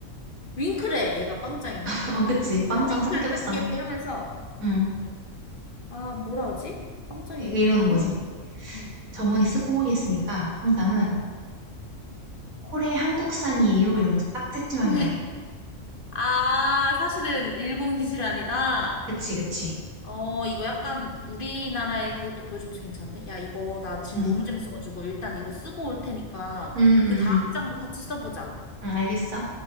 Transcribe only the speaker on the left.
윙크래, 얘가 빵짱이.
딱 윙크를
딱 귀엽게 하면서,
아, 뭐라 하지? 빵짱이
윙크라?
응,
뭐.
<laughs>
아, 사실은 일본 기술이 아니다.
어, 이거 약간 우리나라의 그것도 보여주면서 괜찮은데? 야, 이거 나 지금
너무 재밌어가지고 일단 이거 쓰고 올 테니까
그
다음 장도 같이 써보자.